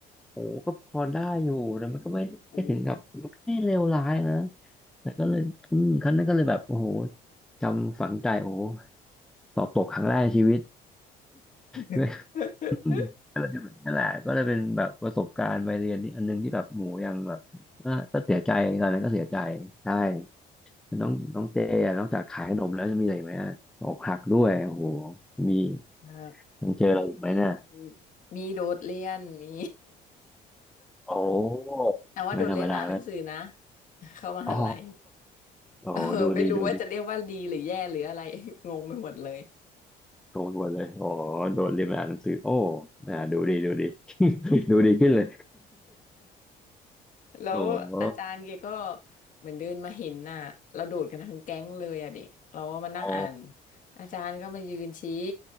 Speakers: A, in the centre; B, on the left.
A: โอ้ก็พอได้อยู่แต่มันก็ไม่ไม่ถึงกับมันก็ไม่เลวร้ายนะ
B: โอ้
A: แต่ก็เลยอืมครั้งนั้นก็เลยแบบโอ้โหจำฝังใจโอ้โหสอบตกครั้งแรกในชีวิต
B: <laughs>
A: <laughs> อืมนั่นแหละก็เลยเป็นแบบประสบการณ์ไปเรียนนี่อันนึงที่แบบหมูยังแบบอ่ะก็เสียใจตอนนั้นก็เสียใจใช่ น้องน้องเจอ่ะนอกจากขายขนมแล้วจะมีอะไรอีกไหมอะอกหักด้วยโอ้โหมี
B: มากแล้วก็มี
A: ยังเจออะไรอีกไหมเนี่ย
B: มีโดดเรียน มี
A: โอ้
B: <laughs> แต่ว่าโดดเรียนมาอ่านหนังสือนะ
A: ไม่ธรรมดาแล้ว
B: <laughs> เข้ามหาลัย
A: อ๋อ
B: <laughs>
A: โอ้โหดูดีดูดี
B: เออไม่รู้ว่าจะเรียกว่าดีหรือแย่หรืออะไร <laughs> งงไปหมดเลย
A: โชวหมดเลย โอ้โหโดนเรียนมาอ่านหนังสือโอ้อ่าดูดีดูดี <laughs> ดูดีขึ้นเลย <laughs>
B: แล้วอาจารย์แกก็
A: โอ้โห
B: เหมือนเดินมาเห็นน่ะเราโดดกันทั้งแก๊งเลยอะเด็กเราก็มานั่งอ่าน
A: อ๋อ
B: อาจารย์ก็มายืนชี้